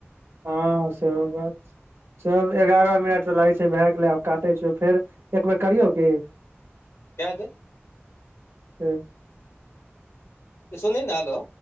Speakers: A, on the right; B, on the left.
A: हँ सेहो बात छै चल
B: छै
A: एगारह मिनट तऽ लागै छै भए गेलै आब काटे छिय फेर एक बेेर करियौ की
B: कऐ दिहिन
A: ठीक छोउ
B: इ सुनहि ने हेलो